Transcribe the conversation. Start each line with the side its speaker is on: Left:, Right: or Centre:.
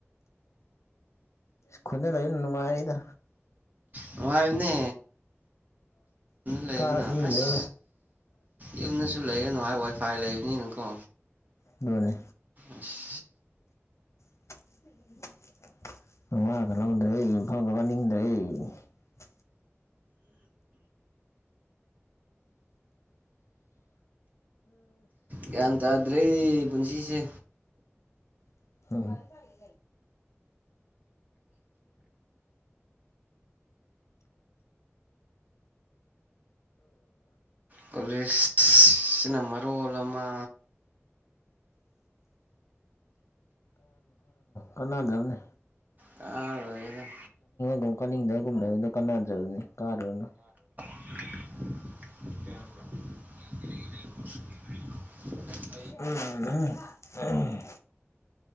Left: <unintelligible> ꯈꯨꯅꯗ ꯂꯩꯅ ꯅꯨꯡꯉꯥꯏꯅꯤꯗ
Right: ꯅꯨꯉꯥꯏꯕꯅꯦ ꯂꯩꯗꯅ
Left: ꯀꯥꯔꯛꯅꯤꯡꯗ꯭ꯔꯦꯗ
Right: ꯑꯁ ꯌꯨꯝꯗꯁꯨ ꯂꯩꯔꯅꯨ ꯍꯥꯏ ꯋꯥꯏꯐꯥꯏ ꯂꯩꯕꯅꯤꯅꯀꯣ
Left: ꯑꯗꯨꯅꯤ
Right: ꯑꯁ
Left: <unintelligible>
Right: ꯒꯌ꯭ꯥꯟ ꯇ ꯗꯔ꯭ꯦ ꯄꯨꯨꯟꯁꯤꯁꯦ
Left: ꯍ
Right: ꯀꯣꯂꯦꯁ ꯁꯤꯅ ꯃꯔꯣꯜ ꯑꯃ
Left: ꯀꯥꯟꯅꯥꯗꯕꯅꯤ
Right: ꯀꯔꯣꯏꯒꯦꯗꯥ
Left: ꯒꯨꯝ ꯀꯥꯅꯤꯡꯗꯕꯒꯨꯝ ꯂꯩꯕꯗꯣ ꯀꯥꯟꯅꯗ꯭ꯔꯕꯅꯤ ꯀꯥꯔꯨꯅꯣ
Right: <unintelligible>
Left: ꯎꯝ ꯎꯝ